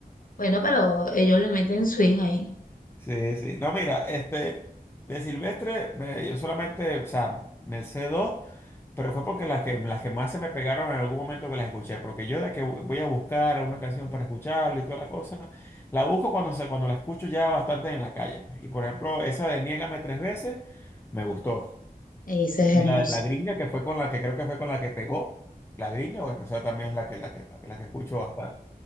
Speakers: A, on the left; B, on the left.
A: Bueno, pero ellos le meten swing ahí,
B: Sí, sí. No, mira, este, de Silvestre, me- yo solamente, o sea, me sé dos. Pero fue porque las que, las que más se me pegaron en algún momento que las escuché, porque yo de que voy a buscar alguna canción para escucharla y toda la cosa, la busco cuando, se- cuando la escucho ya bastante en la calle. pues. Y por ejemplo, esa de Niégame tres veces me gustó.
A: esa es
B: Y
A: hermosa.
B: la de la gringa, que fue con la que creo que fue con la que pegó, la gringa, bueno, o sea, también es la que, la que, la que, la que escucho bastante.